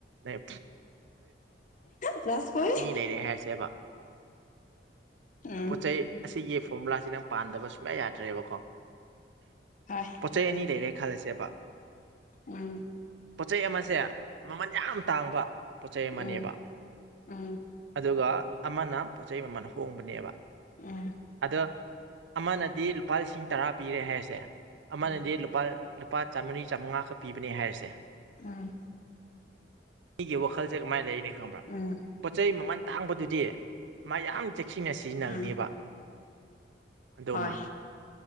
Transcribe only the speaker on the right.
ꯑ
ꯂꯩꯔꯦ ꯍꯥꯏꯔꯁꯦꯕ
ꯄꯣꯠꯆ ꯆꯩ ꯑꯁꯤꯒꯤ ꯐꯣꯔꯃꯨꯂꯥꯁꯤ ꯅꯪ ꯄꯥꯟꯗꯕ ꯁꯨꯡꯌꯥ ꯌꯥꯗ꯭ꯔꯦꯕꯀꯣ
ꯄꯣꯠ ꯆꯩ ꯑꯅꯤ ꯂꯩꯔꯦ ꯈꯜꯂꯁꯦꯕ
ꯄꯣꯠꯆꯩ ꯑꯃꯁꯦ ꯃꯃꯜ ꯌꯥꯝ ꯇꯥꯡꯕ ꯄꯣꯠꯆꯩ ꯑꯃꯅꯦꯕ
ꯑꯗꯨꯒ ꯑꯃꯅ ꯄꯣꯠ ꯆꯩ ꯃꯃꯜ ꯍꯣꯡꯕꯅꯦꯕ
ꯑꯗꯣ ꯑꯃꯅꯗꯤ ꯂꯨꯄꯥ ꯂꯤꯁꯤꯡ ꯇꯔꯥ ꯄꯤꯔꯦ ꯍꯥꯏꯁꯦ ꯑꯃꯅꯗꯤ
ꯂꯨꯄꯥ ꯂꯨꯄꯥ ꯆꯥꯝꯃꯔꯤ ꯆꯥꯃꯉꯥꯈꯛ ꯄꯤꯕꯅꯦ ꯍꯥꯏꯔꯤꯁꯦ
ꯃꯤꯒꯤ ꯋꯥꯈꯜꯁꯦ ꯀꯃꯥꯏꯅ ꯂꯩꯅꯤ ꯈꯪꯕ꯭ꯔꯥ
ꯄꯣꯠ ꯆꯩ ꯃꯃꯜ ꯇꯥꯡꯕꯗꯨꯗꯤ ꯃꯥ ꯌꯥꯝ ꯆ ꯁꯤꯡꯅ ꯁꯤꯖꯤꯟꯅꯒꯅꯦꯕ
ꯑꯗꯨꯃ